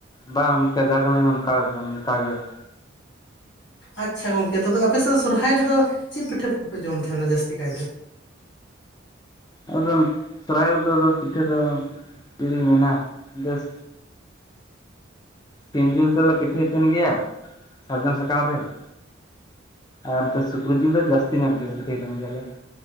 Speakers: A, on the left (about 20°); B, on the left (about 60°).
A: ᱵᱟᱝ ᱚᱝᱠᱮ <unintelligible> ᱚᱝᱠᱟ ᱜᱮ ᱾
B: ᱟᱪᱪᱷᱟ ᱜᱚᱝᱠᱮ, ᱛᱚᱵᱮ ᱟᱯᱮ ᱥᱮᱫ ᱫᱚ ᱥᱚᱨᱦᱟᱭ ᱨᱮᱫᱚ ᱪᱮᱫ ᱯᱤᱴᱷᱟᱹ ᱠᱚᱯᱮ ᱡᱚᱢ ᱛᱟᱦᱮᱱᱟ ᱡᱟᱹᱥᱛᱤ ᱠᱟᱹᱭᱛᱮ?
A: ᱟᱫᱚ ᱥᱚᱨᱦᱟᱭ ᱨᱮᱫᱚ ᱟᱫᱚ ᱯᱤᱴᱷᱟᱹ ᱫᱚ ᱪᱮᱫ ᱤᱧ ᱢᱮᱱᱟ ᱵᱮᱥ ᱥᱤᱢ ᱡᱤᱞ ᱛᱮᱞᱮ ᱯᱤᱴᱷᱟᱹᱭ ᱛᱟᱦᱮᱱ ᱜᱮᱭᱟ, ᱥᱟᱨᱡᱚᱢ ᱥᱟᱠᱟᱢ ᱨᱮ ᱾ ᱟᱨ ᱱᱚᱛᱮ ᱥᱩᱠᱨᱤ ᱡᱤᱞ ᱫᱚ ᱡᱟᱹᱥᱛᱤ ᱧᱚᱜ ᱜᱮ ᱯᱤᱴᱷᱟᱹᱭ ᱠᱟᱱ ᱜᱮᱭᱟᱞᱮ ᱾